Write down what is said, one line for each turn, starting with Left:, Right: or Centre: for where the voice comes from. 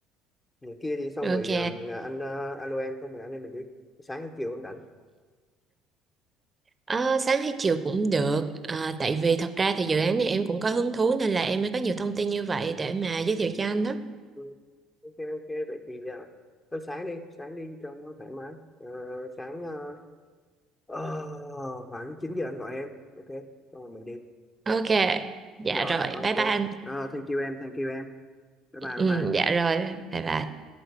Left: ngày kia đi xong
Right: ok
Left: rồi ờ, anh ờ, alo em xong rồi anh em mình đi sáng chiều em rảnh
Right: Ờ, sáng hay chiều cũng được à, tại vì thật ra thì dự án này em cũng có hứng thú nên là em mới có nhiều thông tin như vậy để mà giới thiệu cho anh đó.
Left: ừ, ok ok vậy thì ờ, thôi sáng đi sáng đi cho nó thoải mái Ờ, sáng ờ, ờ, khoảng 9 giờ anh gọi em ok xong rồi mình đi
Right: Ok, dạ
Left: rồi
Right: rồi,
Left: ok
Right: bye bye anh.
Left: Ờ, thank you em thank you em bye bye
Right: Ừ, ừ,
Left: bye bye
Right: dạ rồi, bye bye.